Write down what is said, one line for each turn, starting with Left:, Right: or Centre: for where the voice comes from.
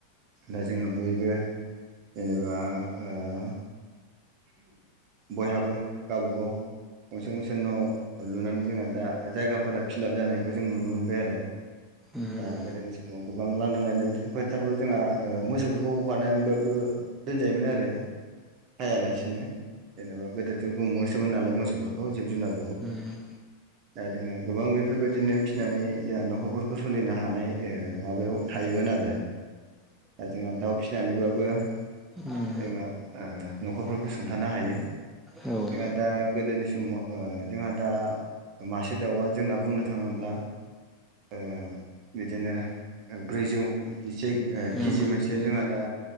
Right: दा जोङो बयबो जेनेबा ओ बयहाबो गावबाागाव गंसे गंसे न' लुनानै जोंहा दा जायगाफोरा फिलाप जानायखौ जों नुनो मोनबाय आरो
Centre: उम
Right: दा गोदोनि समाव गोबां लांदां लांदां बिदिनो फोथारफोर जोंहा ओ मोसौफोरखौ हगनानैबाबो दोनजायोमोन आरो खायालासिनो जेनेबा गोदोथो गुमोसोमोन नालाय मोसौफोरखौ जिब जुनार
Centre: उम
Right: दा जोङो गोबां बेफोरबायदिनो फिसिनानै जोंहा न'खरफोरखौ सोलिनो हानाय ओ माबायाव थायोमोन आरो दा जोंहा दाउ फिनानैबाबो जोंहा
Centre: उम
Right: ओ न'खरफोरखौ सुंथानो हायो
Centre: औ उम
Right: जोंहा दा गोदोनि समाव ओ जोंहा दा मासे दाउआ जोंना बुंनो थाङोब्ला ओ बिदिनो ब्रैजौ गिसे ओ
Centre: उम
Right: केजि मोनसेयाव जोंहा दा